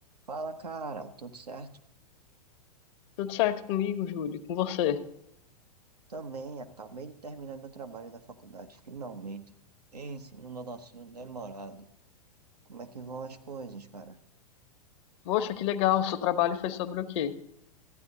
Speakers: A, on the right; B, on the left.
A: Fala, cara, tudo certo?
B: Tudo certo comigo, Júlio, com você?
A: Também, acabei de terminar meu trabalho da faculdade, finalmente. Esse, um negocinho demorado. Como é que vão as coisas, cara?
B: Poxa, que legal, seu trabalho foi sobre o quê?